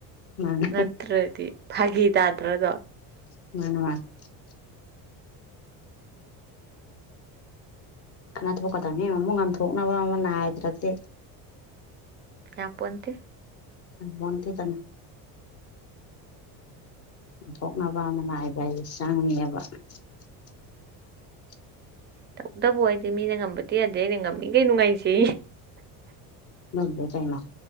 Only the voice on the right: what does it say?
ꯅꯠꯇ꯭ꯔꯗꯤ ꯐꯒꯤ ꯏꯗꯗ꯭ꯔ ꯑꯗꯨꯣ
ꯌꯥꯄꯣꯇꯦ
ꯇꯧꯗꯕꯨ ꯍꯥꯏꯗꯤ ꯃꯤꯅ ꯉꯝꯕꯗꯤ ꯌꯥꯗꯦ ꯑꯩꯅ ꯉꯝꯃꯤ ꯀꯩ ꯅꯨꯡꯉꯥꯏꯖꯦ